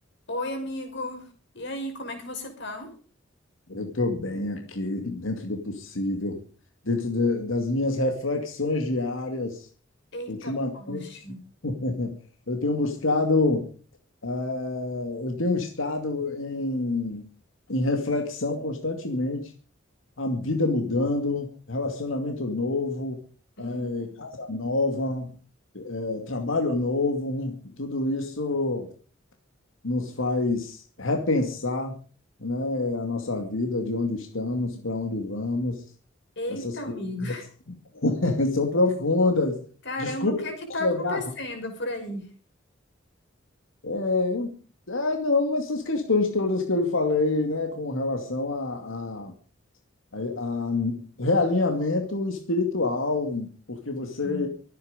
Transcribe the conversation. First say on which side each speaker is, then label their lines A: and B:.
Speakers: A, on the left; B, on the left.
A: Oi, amigo. E aí, como é que você tá?
B: Eu estou bem aqui, dentro do possível, dentro da- das minhas reflexões diárias.
A: Eita,
B: Ultimamente,
A: poxa.
B: <laughs> eu tenho buscado, eh, eu tenho estado em, em reflexão constantemente, a vida mudando, relacionamento novo,
A: Hum,
B: eh, casa nova, eh, trabalho novo, tudo isso nos faz repensar, né, a nossa vida, de onde estamos, para onde vamos.
A: eita,
B: Essas
A: amigo.
B: coisas
A: <laughs>
B: <laughs> são profundas.
A: Caramba,
B: Desculpe
A: o que é que tá
B: chegar.
A: acontecendo por aí?
B: É, é, não, essas questões todas que eu lhe falei, né, com relação a, a a- a realinhamento espiritual, porque você
A: Hum.